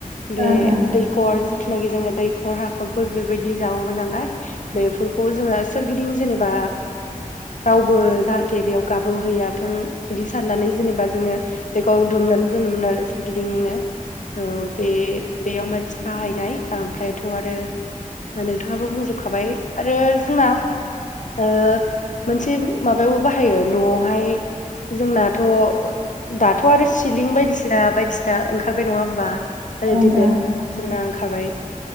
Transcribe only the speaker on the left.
बे
दै खर जिथुनाखि दैखर हाख'रफोर बेबायदि जावोमोन नालाय बेफोरखौ जोङो सोरगिदिं जेनेबा रावबो जाहाथे बेयाव गाब्र'हैयाथों बिदि साननानै जेनेबा जोङो बेखौ दुमनानै दोनोमोन आरो सोरगिदिंनो औ बे बेयाव मोनसे बाहायनाय ओमफ्रायथ' आरो नोंथाङाबो बुंजोबखाबाय आरो जोंना मोनसे माबायावबो बाहायो न'आवहाय जोंनाथ' दाथ' आरो सिलिं बायदिसिना बायदिसिना ओंखारबाय नङा होमबा रेडिमेड
जोंना ओंखारबाय